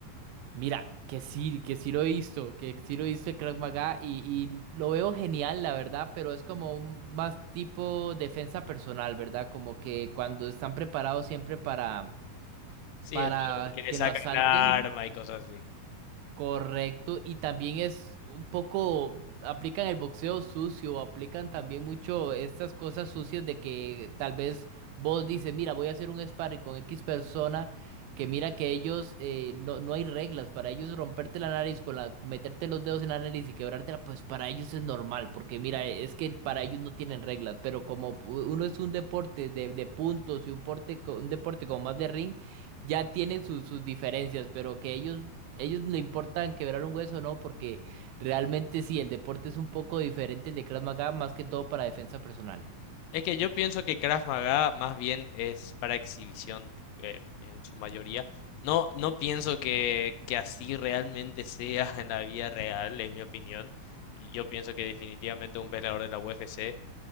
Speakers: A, on the right; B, on the left.
A: Mira, que sí, que sí lo he visto, que sí lo he visto el Krav Maga y, y lo veo genial, la verdad, pero es como un más tipo defensa personal, ¿verdad? Como que cuando están preparados siempre para
B: Sí,
A: para
B: el que le
A: que
B: saca
A: lo asalten.
B: el arma y cosas así.
A: Correcto, y también es un poco, aplican el boxeo sucio, aplican también mucho estas cosas sucias de que tal vez vos dices, mira, voy a hacer un sparring con X persona, que mira que ellos, eh, no, no hay reglas, para ellos romperte la nariz con la, meterte los dedos en la nariz y quebrártela, pues para ellos es normal, porque mira, es que para ellos no tienen reglas, pero como pu- uno es un deporte de, de puntos y un, porte, co- un deporte como más de ring, ya tiene sus sus diferencias, pero que ellos ellos le importan quebrar un hueso o no, porque realmente sí, el deporte es un poco diferente el de Krav Maga, más que todo para defensa personal.
B: Es que yo pienso que Krav Maga más bien es para exhibición eh, en su mayoría. No, no pienso que, que así realmente sea en la vida real, es mi opinión. Y yo pienso que definitivamente un peleador de la UFC